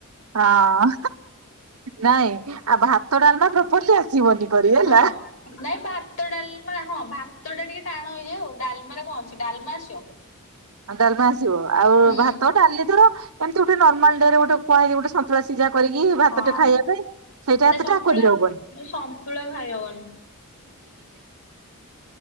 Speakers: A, on the right; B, on the left.
A: ହଁ ନାଇଁ ଆଉ ଭାତ ଡାଲମା ପ୍ରପରଲି ଆସିବନି କରି ହେଲା।
B: ହଁ ନାଇଁ ଭାତ ଡାଲମା ହଁ ଭାତଟା ଟିକେ ଟାଣ ହେଇଯାଏ ଆଉ ଡାଲମାରେ କଣ ଅଛି ଡାଲମା ଆସିବ।
A: ଡାଲମା ଆସିବ ଆଉ
B: ହୁଁ
A: ଭାତ ଡାଲିି ଧର କେମିତି ଗୋଟେ ନର୍ମାଲ ଡେରେ ଗୋଟେ କୁହା ଯାଇଛି ଗୋଟେ ସନ୍ତୁଲା ସୀଜା କରିକି ଭାତଟେ
B: ହଁ
A: ଖାଇବା ପାଇଁ ସେଇଟା
B: ଏ
A: ଏତେଟା
B: ସନ୍ତୁଳା
A: କରି ହବନି।
B: ସନ୍ତୁଳା ଖାଇ ହବନି।